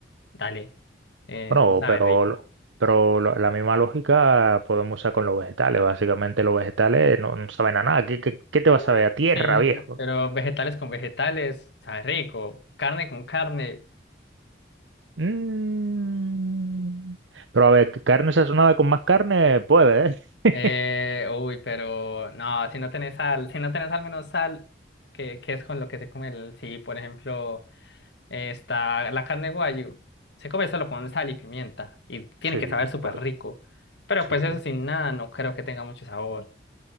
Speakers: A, on the left (about 70°); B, on the right (about 80°).
A: dale, eh,
B: Bueno,
A: no sabe
B: pero,
A: rico.
B: pero lo- la misma lógica podemos usar con los vegetales. Básicamente los vegetales no, no saben a nada. ¿Qué, qué, qué te va
A: Ah,
B: a saber a tierra,
A: Sí,
B: viejo?
A: pero vegetales con vegetales, sabe rico. Carne con carne.
B: Mm. Pero a ver, que carne sazonada con más carne puede, ¿eh?
A: Eh,
B: <laughs>
A: uy, pero no, si no tenés sal, si no tenés al menos sal, que, que es con lo que se come el, sí, por ejemplo, eh, está la carne guayu, se come solo con sal y pimienta y tiene
B: Sí,
A: que saber súper
B: correcto.
A: rico, pero
B: Sí.
A: pues eso sin nada no creo que tenga mucho sabor,